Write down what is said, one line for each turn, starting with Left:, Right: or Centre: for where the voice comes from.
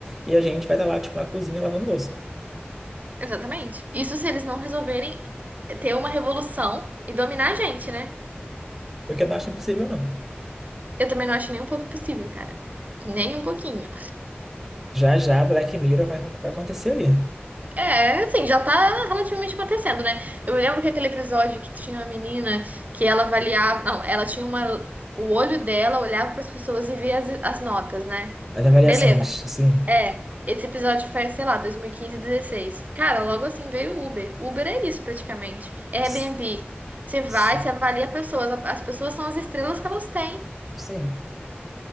Centre: e a gente vai estar lá, tipo, na cozinha lavando louça.
Right: Exatamente. Isso se eles não resolverem eh, ter uma revolução e dominar a gente, né?
Centre: Porque que eu não acho impossível, não.
Right: Eu também não acho nem um pouco possível, cara. Nem um pouquinho.
Centre: Já já Black Mirror vai, vai acontecer aí.
Right: É, assim, já tá relativamente acontecendo, né? Eu me lembro que aquele episódio que tinha uma menina que ela avaliava. Não, ela tinha uma. O olho dela olhava para as pessoas e via as, as notas, né?
Centre: As avaliações,
Right: beleza
Centre: assim.
Right: É, esse episódio foi, sei lá, 2015, dezesseis. Cara, logo assim veio o Uber. Uber é isso praticamente. É
Centre: s-
Right: Airbnb. Você vai,
Centre: s-
Right: você avalia pessoas. As pessoas são as estrelas que elas têm.
Centre: Sim,